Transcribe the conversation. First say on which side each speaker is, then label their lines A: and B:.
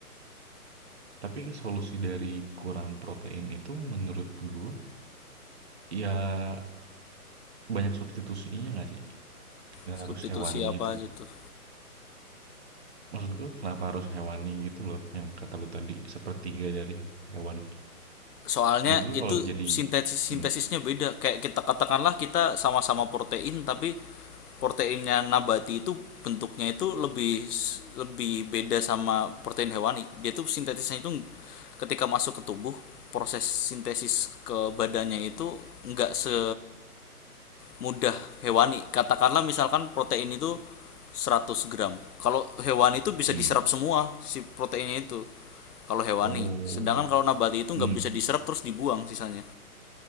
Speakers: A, on the right (about 45°); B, on the left (about 75°).
A: Tapi solusi dari kurang protein itu menurut gua ya banyak substitusinya nggak sih? Nggak
B: substitusi
A: harus hewani
B: apa
A: gitu
B: aja
A: loh.
B: tuh
A: Maksud gua kenapa harus hewani gitu loh? Yang kata lu tadi sepertiga dari hewan.
B: soalnya
A: Menurut gua
B: itu
A: kalau jadi
B: sintesis sintesisnya
A: hmm,
B: beda kayak kita katakanlah kita sama-sama protein tapi proteinnya nabati itu bentuknya itu lebih lebih beda sama protein hewani dia tuh sintesisnya itu ketika masuk ke tubuh proses sintesis ke badannya itu enggak se mudah hewani. Katakanlah misalkan protein itu 100 gram. Kalau hewani itu bisa
A: hmm.
B: diserap semua si proteinnya itu. Kalau hewani.
A: Oh,
B: Sedangkan kalau nabati itu nggak
A: mhm,
B: bisa diserap terus dibuang sisanya.